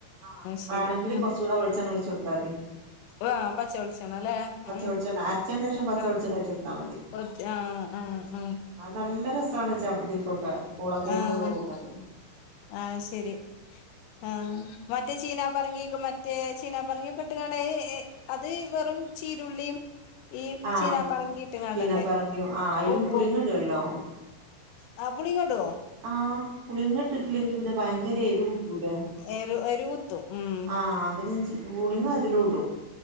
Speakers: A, on the right; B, on the left.
A: ആ
B: ശരി
A: വേണെങ്കില്
B: ഉം
A: കൊറച്ചുകൂടെ വെളിച്ചെണ്ണ ഒഴിച്ച കൊടുത്താതി
B: ആ പച്ച വിളിച്ചണല്ലേ ഉം
A: വെളിച്ചെണ്ണ അരച്ചതിന് ശേഷം പച്ച
B: ആ <unintelligible>
A: വെളിച്ചെണ്ണ ഒഴിച്ച് കൊടുത്താൽ മതി
B: ആ ആ ആ
A: അത് നല്ല രസണ് ച ഇതിൽക്കൊക്കെ പൂളക്കേങ്ങൊക്കെ
B: ആ
A: കൂട്ടാൻ
B: ആഹ് ശരി ആ മറ്റേ ചീനാ പറങ്ങി മറ്റേ ചീനാ പറങ്ങിക്കെ ഇട്ടണ്ട അത് വെറും ചീരുള്ളിയും ഈ
A: ആ
B: ചീനാ പറങ്ങിയിട്ട്ങ്ങണ്ടല്ലേ
A: ചീനപ്പറങ്കിയും ആ അതിലും
B: ഉപ്പു
A: പുളിങ്ങ ഇടുവല്ലോ
B: ആ പുളികടോ
A: ആ പുളിങ്ങ ഇട്ടിട്ടില്ലെങ്കിൽ പിന്നെ ഭയങ്കര എരു കുത്തൂലേ
B: എരു എരു കുത്തും ഉം
A: ആഹ് അപ്പൊ ഞാൻ ചി പുളിങ്ങ അതിലും ഇടും